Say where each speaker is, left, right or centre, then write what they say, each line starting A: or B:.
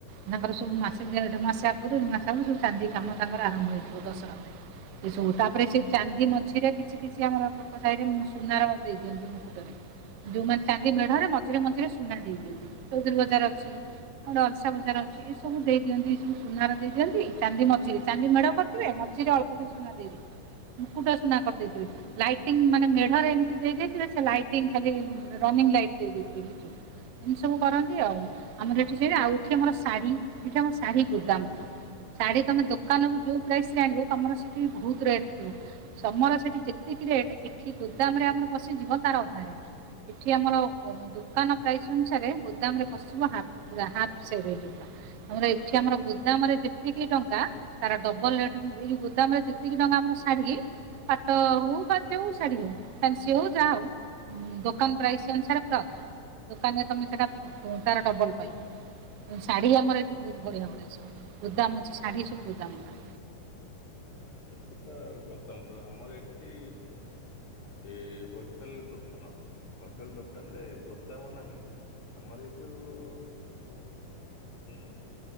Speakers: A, on the right; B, on the left.
A: ତାଙ୍କର ସବୁ ମାସେ ଦେଢ ମାସ ଆଗରୁ ଦ ମାସ ଆ ସବୁ ଚାନ୍ଦି କାମ ତାଙ୍କର ଆରମ୍ଭ ହେଇଥିବ ଦଶହରା ପାଇଁ। ଏ ସବୁ ତାପରେ ସେଇ ଚାନ୍ଦି ମଝିରେ କିଛି କିଛି ଆମର ସାହିରେ ସୁନାର ଦେଇ ଦିଅନ୍ତି ମୁକୁଟରେ। ଯୋଉମାନେ ଚାନ୍ଦି ମେଢରେ ମଝିରେ ମଝିରେ ସୁନା ଦେଇ ଦିଅନ୍ତି, ଚୌଧୁରୀ ବଜାର ଅଛି। ଧର ଅଲସା ବ ଅଛି। ଏ ସବୁ ଦେଇ ଦିଅନ୍ତି ଏ ସବୁ ସୁନାର ଦେଇ ଦିଅନ୍ତି ଚାନ୍ଦି ମଝିରେ ଚାନ୍ଦି ମେଢ କରିଥିବେ ମଝିରେ ଅଲ୍ପ କିଛି ମୁକୁଟ ସୁନା କରିଦେଇଥିବେ। ଲାଇଟିଂ ମାନେ ମେଢରେ ଏମତି ଦେଇ ଦେଇଥିବେ, ଲାଇଟିଙ୍ଗ ଖାଲି ରନିଂ ଲାଇଟ ଲିଚୁ। ଏମିତି ସବୁ କରନ୍ତି ଆଉ ଆମର ଏଠି ସେୟା, ଆଉ ଏଠି ଆମର ଶାଢୀ ଏଠି ଆମ ଶାଢୀ ଗୋଦାମ ପୁରା। ଶାଢୀ ତମେ ଦୋକାନରୁ ଯୋଉ ପ୍ରାଇସରେ ଆଣିବ ତମର ସେଠି ବହୁତ୍ ରେଟ୍ ଥିବ। ସମରେ ସେଠି ଯେତିକି ରେଟ୍ ଏଠି ଗୋଦାମ ରେ ଆମର ବଶିଯିବ ତାର ଅଧା ରେଟ। ଏଠି ଆମର ଦୋକାନ ପ୍ରାଇସ୍ ଅନୁସାରେ ଗୋଦାମରେ ପଶିବ ହାପ୍। ପୁରା ହାପ ସେଇ ରେଟ୍ ଗୁରା ଆମର ଏଠି ଆମର ଗୋଦାମରେ ଯେତିକି ଟଙ୍କା ତାର ଡବଲ ରେଟ୍ ଏଯୋଉ ଗୋଦାମରେ ଯେତିକି ଟଙ୍କା ଆମର ଶାଢୀ ପାଟ ହଉ ବା ଯୋଉ ଶାଢୀ ହଉ ଫାନ୍ସି ହଉ ଯାହା ହଉ ଉ ଦୋକାନ ପ୍ରାଇସ୍ ଅନୁସାରେ ପୁରା ଅଧା ଦୋକାନରେ ତମେ ସେଟା ପୁ ତାର ଡବଲ ପାଇ ଶାଢୀ ଆମର ଏଠି ବହୁତ୍ ବଢିଆବଢିଆ ସବୁ ଗୋଦାମ ଅଛି ଶାଢ଼ୀ ସବୁ ଗୋଦାମ
B: ସେଠିତ ଗୋଦାମ ଥିବ ଆମର ଏଠି ଏ ହୋଲସେଲ ଦୋକାନ ହୋଲସେଲ ଦୋକାନରେ ଗୋଦାମ ନାହିଁ। ଆମର ଏଇଠୁ କୁ ଉଁ